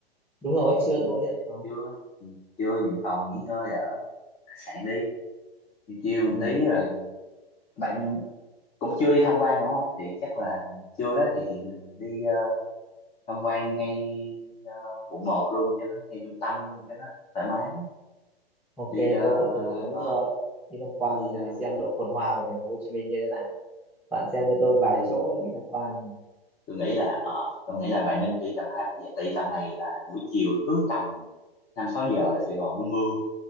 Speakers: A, in the centre; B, on the left.
A: Đúng rồi,
B: thì
A: chưa
B: ừ,
A: tôi mới nhận phòng.
B: chưa ừ, chưa nhận phòng nghỉ ngơi ở khách sạn đi chiều chiều một
A: Ừ.
B: tí rồi bạn cũng chưa đi tham quan đúng không thì chắc là trưa đó thì mình đi ờ, tham quan ngay ờ, quận một luôn cho nó ngay trung tâm luôn cho nó thoải mái
A: Ok,
B: đi ờ,
A: tôi cũng thử muốn
B: ờ,
A: ờ, đi tham quan
B: đi ờ,
A: để xem độ phồn hoa của thành phố Hồ Chí Minh như thế nào. Bạn xem
B: ừ,
A: cho tôi vài
B: đi
A: chỗ đi tham quan.
B: tôi nghĩ là ờ, tôi nghĩ là bạn nên đi tầm hai ba giờ tại vì tầm này là buổi chiều cứ tầm năm sáu giờ là Sài Gòn nó mưa